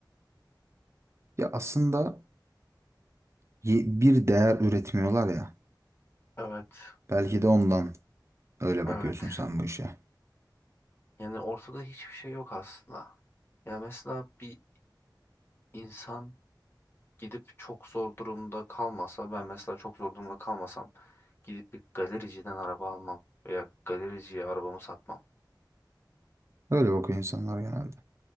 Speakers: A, on the right; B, on the left.
A: Ya aslında ye- bir değer üretmiyorlar ya.
B: Evet,
A: Belki de ondan öyle
B: evet.
A: bakıyorsun sen bu işe.
B: Yani ortada hiçbir şey yok aslında. Yani mesela bir insan gidip çok zor durumda kalmasa, ben mesela çok zor durumda kalmasam gidip bir galericiden araba almam veya galericiye arabamı satmam.
A: Öyle bakıyor insanlar genelde.